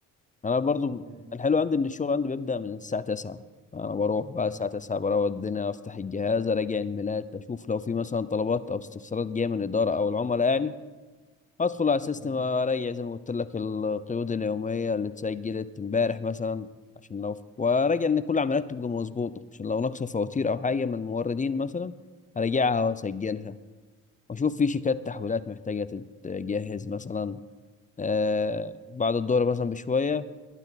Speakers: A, on the left; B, on the right.
A: انا برضو
B: ده-
A: الحلو عندي ان الشغل عندي بيبدا من الساعه 9 انا بروح بقى
B: يعني-
A: الساعه 9 بروق الدنيا افتح الجهاز اراجع الميلات اشوف لو في مثلا طلبات او استفسارات جايه من الاداره او العملاء يعني ادخل على السيستم
B: مم.
A: اريح زي ما قلت لك القيود اليوميه اللي اتسجلت امبارح مثلا عشان لو وراجع ان كل العمليات تبقى مظبوطه عشان لو ناقصه فواتير او حاجه من موردين مثلا اراجعها واسجلها واشوف في شيكات تحويلات محتاجه تتجهز مثلا آه بعد الدورة مثلا بشويه